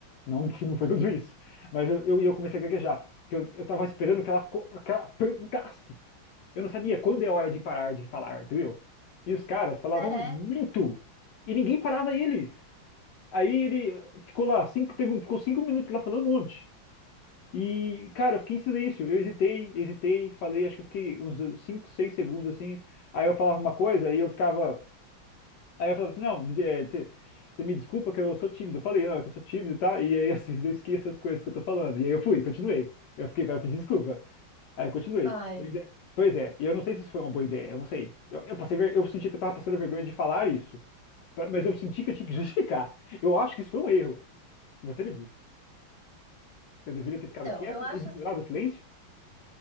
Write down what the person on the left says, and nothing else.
Não, <laughs> não foi tudo isso. Mas eu, eu, e eu comecei a gaguejar, porque eu, eu tava esperando que ela, co- que ela perguntasse. Eu não sabia quando é hora de parar de falar, entendeu? E os caras falavam
muito, e ninguém parava eles. Aí ele ficou lá, cinco, teve, um- ficou cinco minutos lá falando um monte. E, cara, eu fiquei em silêncio. Eu hesitei, hesitei, falei, acho que eu fiquei uns 5, 6 segundos assim. Aí eu falava uma coisa e eu ficava. Aí eu falava assim: não, me- é, você, você me desculpa que eu sou tímido. Eu falei, não, é que eu sou tímido, tá? E aí <laughs> às vezes eu esqueço as coisas que eu tô falando. E aí eu fui, continuei. Eu fiquei, vai, eu pedi desculpa. Aí eu continuei.
Eu ainda- Pois é, e eu não sei se isso foi uma boa ideia, eu não sei. Eu, eu passei, ver- eu senti que eu tava passando vergonha de falar isso, pra- mas eu senti que eu tinha que <laughs> justificar. Eu acho que isso foi um erro. Você me disse. Eu deveria ter ficado
quieto
e ignorado
o silêncio?